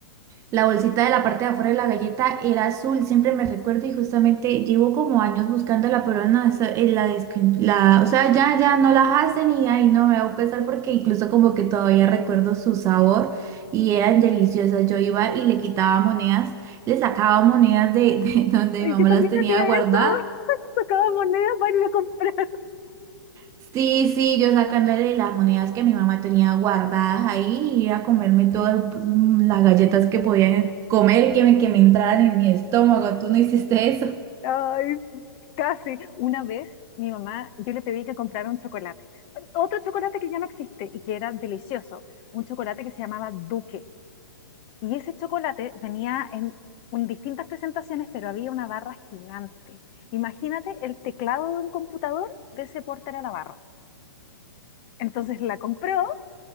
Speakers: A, on the right; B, on the left.
A: La bolsita de la parte de afuera de la galleta era azul, siempre me recuerdo y justamente llevo como años buscándola, pero no, eso, eh, la, descon- la, o sea, ya, ya no la hacen y ay, no me va a pesar porque incluso como que todavía recuerdo su sabor y eran deliciosas. Yo iba y le quitaba monedas, le sacaba monedas de, de <laughs> donde
B: Ay,
A: mi mamá
B: yo también
A: las tenía
B: hacía
A: guardadas
B: eso. <laughs> Sacaba monedas para ir a comprar.
A: Sí, sí, yo sacándole las monedas que mi mamá tenía guardadas ahí y ir a comerme todas pues, mm, las galletas que podía comer, que me, que me entraran en mi estómago. ¿Tú no hiciste eso?
B: Ay, casi. Una vez mi mamá, yo le pedí que comprara un chocolate. Otro chocolate que ya no existe y que era delicioso. Un chocolate que se llamaba Duque. Y ese chocolate venía en, en distintas presentaciones, pero había una barra gigante. Imagínate el teclado de un computador de ese porte era la barra. Entonces la compró